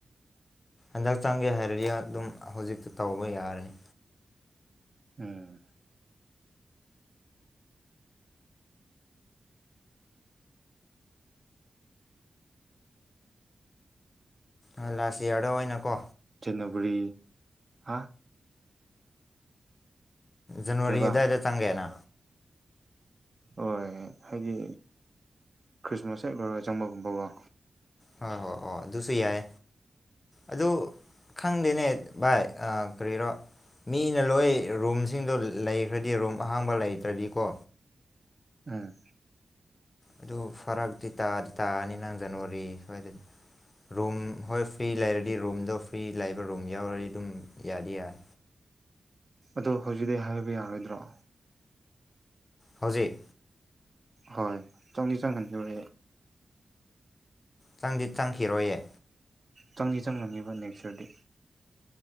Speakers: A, on the left; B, on the right.
A: ꯍꯟꯗꯛꯆꯥꯡꯒꯤ ꯍꯥꯏꯔꯗꯤ ꯑꯗꯨꯝ ꯍꯧꯖꯤꯛꯇ ꯇꯧꯕ ꯌꯥꯔꯅꯤ
B: ꯎꯝ
A: ꯑ ꯂꯁꯤ ꯌꯥꯗꯣ ꯑꯣꯏꯅꯀꯣ
B: ꯅꯒꯔꯤ ꯍꯥ
A: ꯖꯅꯋꯥꯔꯤ
B: ꯀꯦꯕꯥ
A: ꯑꯗꯨꯗꯥꯏꯗ ꯆꯪꯒꯦꯅ
B: ꯍꯣꯏ ꯍꯥꯏꯗꯤ ꯈ꯭ꯔꯤꯁꯃꯥꯁ ꯍꯦꯛ ꯂꯣꯏꯔꯒ ꯆꯪꯕꯒꯨꯝꯕꯀꯣ
A: ꯍꯣꯏ ꯍꯣꯏ ꯍꯣꯏ ꯑꯗꯨꯁꯨ ꯌꯥꯏ ꯑꯗꯨ ꯈꯪꯗꯦꯅꯦ ꯚꯥꯏ ꯀꯔꯤꯔꯣ ꯃꯤꯅ ꯂꯣꯏ ꯔꯨꯝꯁꯤꯡꯗꯣ ꯂꯩꯈ꯭ꯔꯗꯤ ꯔꯨꯝ ꯑꯍꯥꯡꯕ ꯂꯩꯇ꯭ꯔꯗꯤꯀꯣ
B: ꯑꯝ
A: ꯑꯗꯨ ꯐꯔꯛꯇꯤ ꯇꯥꯗꯤ ꯇꯥꯑꯅꯤ ꯅꯪ ꯖꯅꯋꯥꯔꯤ ꯁ꯭ꯋꯥꯏꯗꯗꯤ ꯔꯨꯝ ꯍꯣꯏ ꯐ꯭ꯔꯤ ꯂꯩꯔꯗꯤ ꯔꯨꯝꯗꯣ ꯐ꯭ꯔꯤ ꯂꯩꯕ ꯔꯨꯝ ꯌꯥꯎꯔꯗꯤ ꯑꯗꯨꯝ ꯌꯥꯗꯤ ꯌꯥꯔꯦ
B: ꯑꯗꯨ ꯍꯧꯖꯤꯛꯇꯗꯤꯤ ꯍꯥꯏꯕ ꯌꯥꯔꯣꯏꯗ꯭ꯔꯣ
A: ꯍꯧꯖꯤꯛ
B: ꯍꯣꯏ ꯆꯪꯅꯤ ꯆꯪꯍꯟꯕꯤꯕ
A: ꯆꯪꯗꯤ ꯆꯪꯈꯤꯔꯣꯏꯌꯦ
B: ꯆꯪꯅꯤ ꯆꯪꯉꯅꯦꯕ ꯅꯦꯛꯁ ꯌꯔꯗꯤ